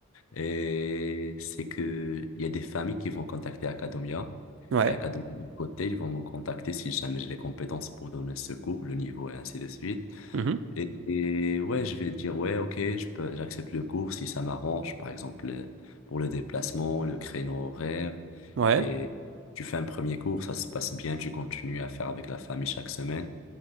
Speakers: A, on the left; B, on the right.
A: Et c'est que il y a des familles qui vont contacter Academia,
B: ouais,
A: et Academia de côté, ils vont me contacter si jamais j'ai les compétences pour donner ce cours, le niveau et ainsi de suite.
B: Mhm.
A: Et, et ouais, je vais dire, ouais, ok, je peux, j'accepte le cours si ça m'arrange, par exemple, euh, pour le déplacement, le créneau horaire.
B: Ouais,
A: Et tu fais un premier cours, ça se passe bien, tu continues à faire avec la famille chaque semaine.